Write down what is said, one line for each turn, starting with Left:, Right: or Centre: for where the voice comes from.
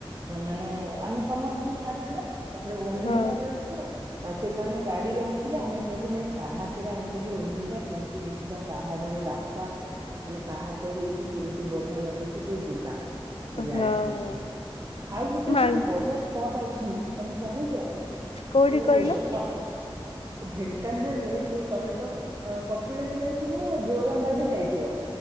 Right: ମାନେ ଆମେ ସମସ୍ତଙ୍କୁ ଛାଡିଦେଲା ତାପରେ ଓହ୍ଲେଇଲା
Left: ହଁ।
Right: ବେଳକୁ ଆଉ ସେମାନେ ଗାଡିରେ ଆସିଲେ ଆମେ କହିଲୁ ନାଇଁ ପାହାଚରେ ଆମେ ଟିକେ ଓହ୍ଲେଇବା କେମିତି ଦେଖ ଖୀବା ପାହାଡର ରାସ୍ତା। ମାନେ ପାହାଚ ହେଇଛି କେମିତି ବଢିଆ ଲାଗୁଛି ଟିକେ ଯିବା ତ
Left: ହଁ
Right: ଯାଇଥିଲୁ ସେଇଥ ର କ। ଆଉ ଗୋଟେ
Left: ମା
Right: ସେଠି ବଢିଆ ସ୍ପଟ ଅଛି ତମେ ଜାଣିଛ?
Left: କୋଉଠି
Right: ଯୋଉ
Left: କହିଲ
Right: ସ ଢେଙ୍କାନାଲେ ଯୋଉ ତମେ ତ କପିଳାସ ଯାଇଥିବ ଜୋରନ୍ଦା ବି ଯାଇଥିବ।